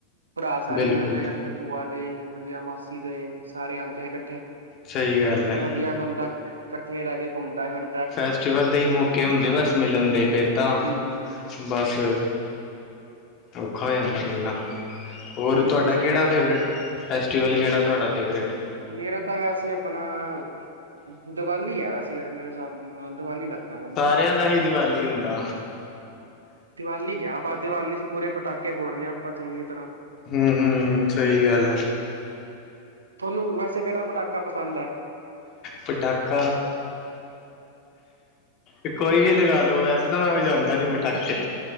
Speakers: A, on the right; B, on the left.
A: ਭਰਾ ਸਾਰੇ
B: ਬਿਲਕੁਲ
A: ਮਿਲਦੇ ਇਕੱਠੇ। ਭੂਆ ਦੇ ਵਧੀਆ ਮਾਸੀ ਦੇ ਸਾਰੇ ਆਂਦੇ ਆ ਇਕੱਠੇ
B: ਸਹੀ ਗੱਲ ਹੈ
A: ਤੇ ਵਧੀਆ ਬੰਦਾ। ਇਕੱਠੇ ਰਹਿ ਕੇ ਘੁੰਮਦਾ ਫੇਰ।
B: ਫੈਸਟੀਵਲ ਦੇ ਹੀ ਮੌਕੇ ਹੁੰਦੇ ਬਸ ਮਿਲਣ ਦੇ ਫੇਰ ਤਾਂ।
A: ਹਮ
B: ਬਸ ਔਖਾ ਹੋ ਜਾਂਦਾ ਮਿਲਨਾ। ਹੋਰ
A: ਹਮ
B: ਤੁਹਾਡਾ
A: ਸਹੀ
B: ਕਿਹੜਾ
A: ਗੱਲ
B: ਫੇਵਰੇਟ
A: ਹੈ ਭਾਜੀ
B: ਫੈਸਟੀਵਲ ਕਿਹੜਾ ਤੁਹਾਡਾ ਫੇਵਰੇਟ।
A: ਮੇਰਾ ਤਾਂ ਵੈਸੇ ਅਪਣਾ ਦੀਵਾਲੀ ਆ ਵੈਸੇ ਫੇਰ ਮੇਰੇ ਹਿਸਾਬ ਨਾਲ ਦੀਵਾਲੀ ਲੱਗਦਾ ਮੈਨੂੰ।
B: ਪਿਆਂਦਾ ਹੀ ਦੀਵਾਲੀ ਹੁੰਦਾ
A: ਦੀਵਾਲੀ ਐ ਆਪਾਂ ਦੀਵਾਲੀ ਚ ਪੂਰੇ ਪਟਾਕੇ ਫੋੜਨੇ, ਆਪਾਂ ਚੰਗੀ ਤਰ੍ਹਾਂ
B: ਹੂੰ ਹੂੰ ਸਹੀ ਗੱਲ ਐ
A: ਥੋਨੂੰ ਵੈਸੇ ਕਿਹੜਾ ਪਟਾਕਾ ਪਸੰਦ ਐ
B: ਪਟਾਕਾ ਏ ਕੋਈ ਵੀ ਲਗਾ ਲੋ ਵੈਸੇ ਤਾਂ ਮੈਂ ਵਜਾਂਉਦਾ ਨੀ ਪਟਾਕੇ